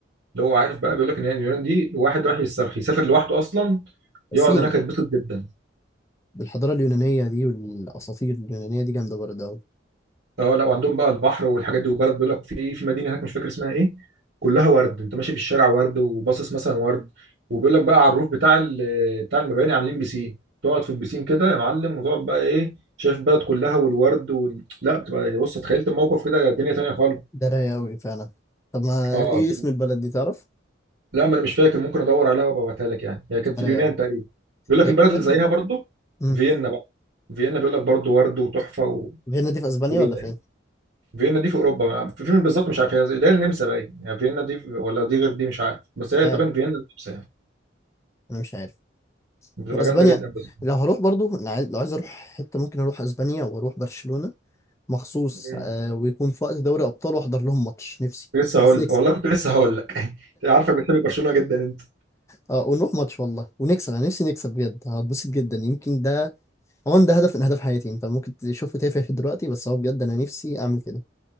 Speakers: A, on the right (about 60°); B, on the left (about 15°).
A: اللي هو عارف بقى بيقول لك ان هي اليونان دي واحد رايح يسترخي يسافر لوحده اصلا يقعد
B: سينا
A: هناك يتبسط جدا
B: بالحضاره اليونانيه دي والاساطير اليونانيه دي جامده برضه قوي
A: اه لا وعندهم بقى البحر والحاجات دي وبلد بيقول لك في في مدينه هناك مش فاكر اسمها ايه كلها ورد انت ماشي في الشارع ورد وباصص مثلا ورد وبيقول لك بقى على الروف بتاع ال- بتاع المباني عاملين بيسين تقعد في البيسين كده يا معلم وتقعد بقى ايه شايف البلد كلها والورد وال... لا بتبقى يعني بص تخيلت الموقف كده الدنيا تانية خالص
B: ده رايق قوي فعلا طب ما
A: اه
B: ايه اسم البلد دي تعرف
A: لا ما انا مش فاكر ممكن ادور عليها وابعتها لك يعني هي كانت
B: ده
A: في اليونان
B: رايق قوي
A: تقريبا بيقول
B: هي
A: لك البلد
B: اليونان
A: اللي زيها برضو
B: امم
A: فيينا بقى فيينا بيقول لك برضو ورد وتحفه و...
B: فيينا دي في اسبانيا
A: وليله
B: ولا
A: يعني.
B: فين
A: فيينا دي في اوروبا يعني في فين بالظبط مش عارف هي زي- اللي هي النمسا باين يعني فيينا دي في- ولا دي غير دي مش عارف بس
B: مش
A: هي
B: عارف
A: طبعا فيينا النمسا يعني
B: انا مش عارف
A: بتبقى
B: لو اسبانيا
A: جامده جدا بس
B: لو هروح برضه لو عايز لو عايز اروح حته ممكن اروح اسبانيا واروح برشلونه مخصوص
A: مم.
B: آه ويكون في وقت دوري ابطال واحضر لهم ماتش نفسي
A: لسه
B: بس
A: هقول
B: نكسب
A: لك والله كنت لسه هقول لك <laughs> عارفك بتحب برشلونه جدا انت
B: اه ونروح ماتش والله ونكسب انا نفسي نكسب بجد هتبسط جدا يمكن ده هو ده هدف من اهداف حياتي انت ممكن تشوفه تافه دلوقتي بس هو بجد انا نفسي اعمل كده